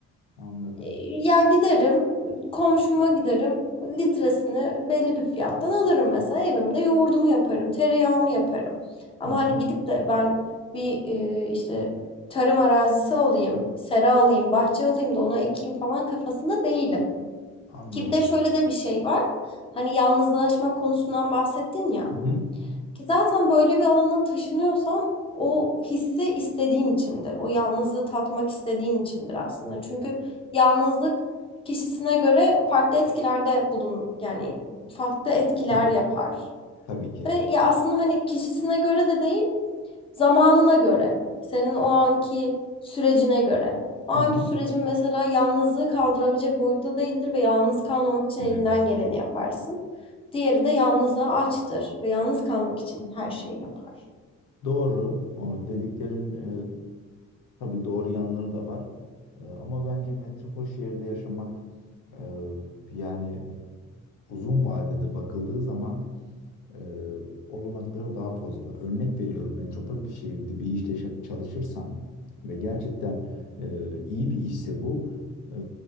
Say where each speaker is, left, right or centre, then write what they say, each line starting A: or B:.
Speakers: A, on the left; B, on the left.
A: Anladım.
B: Ee, Ya giderim, komşuma giderim, litresini belli bir fiyattan alırım mesela evimde yoğurdumu yaparım, tereyağımı yaparım. Ama
A: Hı hı.
B: hani gidip de ben bir e, işte tarım arazisi alayım, sera alayım, bahçe alayım da ona ekeyim falan kafasında değilim.
A: Anladım.
B: Ki bir de şöyle de bir şey var. Hani yalnızlaşma konusundan bahsettin ya.
A: Hı hı.
B: Ki zaten böyle bir alana taşınıyorsan o hissi istediğin içindir. O yalnızlığı tatmak istediğin içindir aslında. Çünkü yalnızlık kişisine göre farklı etkilerde bulun yani farklı etkiler
A: Tabii,
B: yapar.
A: tabii ki.
B: Ve ya aslında hani kişisine göre de değil Zamanına göre, senin o anki sürecine göre. O anki
A: Hı hı.
B: sürecin mesela yalnızlığı kaldırabilecek boyutta değildir ve yalnız kalmamak için
A: Evet.
B: elinden geleni yaparsın. Diğeri de yalnızlığa açtır ve yalnız kalmak için her şeyi yapar.
A: Doğru. O dediklerin e, tabii doğru yanları da var. E, ama bence metropol şehirde yaşamak e, yani uzun vadede bakıldığı zaman e, olanakları daha fazla. Örnek veriyorum metropol bir şehirde bir işte şa- çalışırsan ve gerçekten e, iyi bir işse bu e,